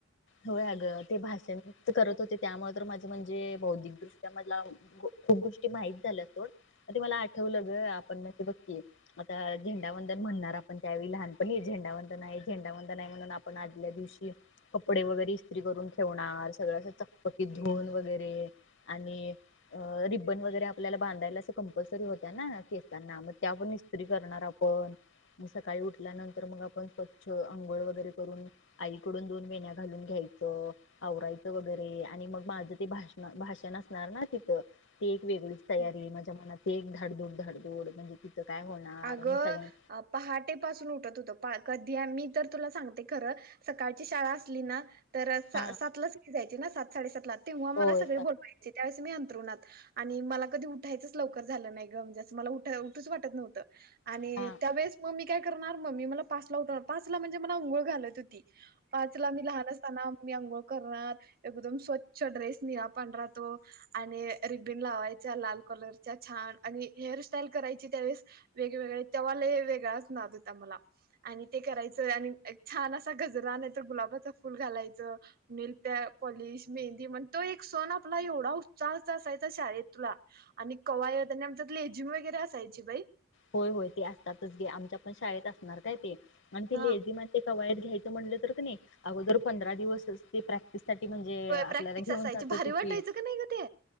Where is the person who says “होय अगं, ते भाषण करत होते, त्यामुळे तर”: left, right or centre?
Left